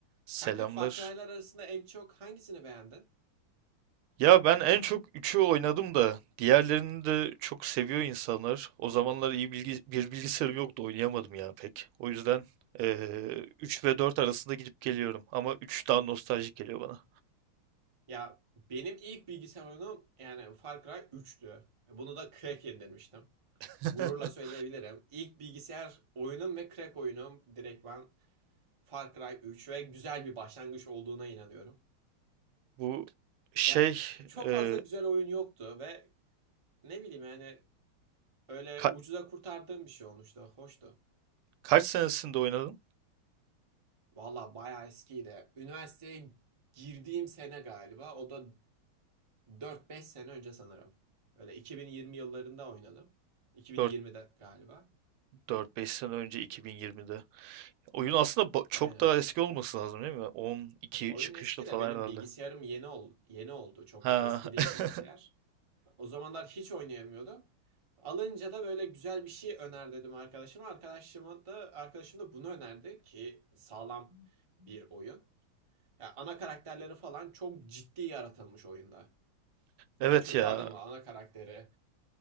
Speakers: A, on the right; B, on the right.
A: Selamlar.
B: Kanka Far Cry'lar arasında en çok hangisini beğendin?
A: Ya ben en çok üçü oynadım da diğerlerini de çok seviyor insanlar. O zamanlar iyi bilgi, bir bilgisayarım yoktu oynayamadım ya pek. O yüzden eee 3 ve 4 arasında gidip geliyorum. Ama 3 daha nostaljik geliyor bana.
B: Ya benim ilk bilgisayar oyunum yani Far Cry üçtü. E, Bunu da crack indirmiştim.
A: <laughs>
B: Gururla söyleyebilirim. İlk bilgisayar oyunum ve crack oyunum direkt ben Far Cry 3 ve güzel bir başlangıç olduğuna inanıyorum.
A: Bu şey
B: Ya, çok
A: eee,
B: fazla güzel oyun yoktu ve ne bileyim yani öyle
A: ka-
B: ucuza kurtardığım bir şey olmuştu. Hoştu.
A: kaç senesinde oynadın?
B: Valla bayağı eskiydi. Üniversiteye girdiğim sene galiba. O da dört beş sene önce sanırım. Öyle 2020 yıllarında oynadım. 2020'de
A: Dört,
B: galiba.
A: dört beş sene önce 2020'de. Oyun aslında ba- çok
B: Aynen.
A: daha eski olması lazım değil mi? 12
B: Oyun
A: çıkışlı
B: eski
A: falan
B: de benim
A: herhalde.
B: bilgisayarım yeni ol yeni oldu. Çok
A: Ha
B: eski değil
A: <laughs>
B: bilgisayar. O zamanlar hiç oynayamıyordum. Alınca da böyle güzel bir şey öner dedim arkadaşıma. Arkadaşıma da arkadaşım da bunu önerdi ki sağlam bir oyun. Ya ana karakterleri falan çok ciddi yaratılmış oyunda.
A: evet
B: Kötü
A: ya
B: adamı, ana karakteri,